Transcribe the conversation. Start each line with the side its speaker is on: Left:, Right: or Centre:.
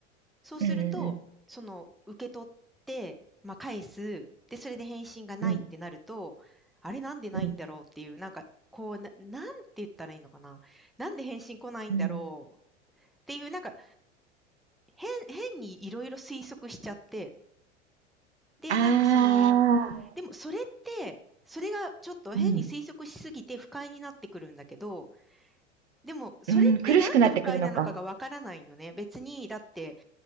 Centre: そうすると、
Right: ん。うんう
Centre: その、受け取って、まあ、返す。で、それで返信がないってなると、
Right: んうん。うん
Centre: あれなんでないんだろうっていう、
Right: うん
Centre: なんか、こう、な、なんて言ったらいいのかな。なんで返信来ないんだろうっていう、
Right: うん。
Centre: なんか、変、変にいろいろ推測しちゃって、で、
Right: あ
Centre: なんかその、
Right: あ、
Centre: でもそれって、それがちょっと変に推測しすぎて不快になってくるんだけど、
Right: うん。
Centre: でもそれってなんで不快なのかがわからないのね。
Right: うん、苦しくなってくるのか。
Centre: 別に、だって、